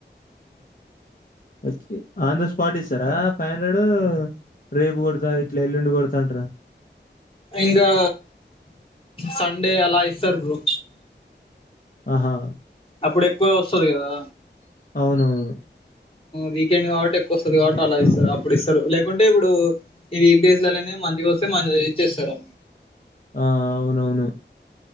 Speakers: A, on the left (about 50°); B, on the left (about 30°).
A: వచ్చి ఆన్ ద స్పాట్ ఇస్తరా. ఫైవ్ హండ్రెడ్ రేపు కొడతా ఇట్లా ఎల్లుండి కొడతా అంటరా.
B: ఇంగా సండే అలా ఇస్తరు బ్రో.
A: ఆహా
B: అప్పుడు ఎక్కువ వస్తది కదా.
A: అవునవును.
B: వీకెండ్ కాబట్టి ఎక్కువ వస్తది కాబట్టి అలా ఇస్తరు అప్పుడు ఇస్తరు లేకుంటే ఇప్పుడు ఈ వీక్డేస్లల్లనే మని వస్తే మని ఇచ్చేస్తరు
A: ఆ అవునవును.